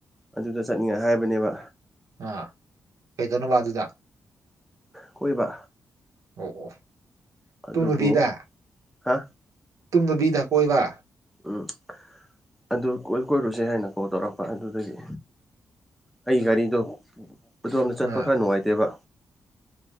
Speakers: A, in the centre; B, on the right.
A: ꯑꯗꯨꯗ ꯆꯠꯅꯤꯡꯉ‌ꯦ ꯍꯥꯏꯕꯅꯦꯕ
B: ꯑꯥ ꯀꯩꯗꯧꯅꯕꯗꯨꯗ
A: ꯀꯣꯏꯕ
B: ꯑꯣ ꯑꯣ
A: ꯑꯗꯨꯕꯨ
B: ꯇꯨꯝꯅꯕꯤꯗ
A: ꯍꯥ
B: ꯇꯨꯝꯅꯕꯤꯗ ꯀꯣꯏꯕ
A: ꯎꯝ ꯑꯗꯨ ꯀꯣꯏ ꯀꯣꯏꯔꯨꯁꯦ ꯍꯥꯏꯅ ꯀꯣꯜ ꯇꯧꯔꯛꯄ ꯑꯗꯨꯗꯒꯤ ꯑꯩ ꯒꯥꯔꯤꯗꯣ ꯑꯗꯨꯗꯣꯝꯗ ꯆꯠꯄ
B: ꯑꯥ
A: ꯈꯔ ꯅꯨꯡꯉꯥꯏꯇꯦꯕ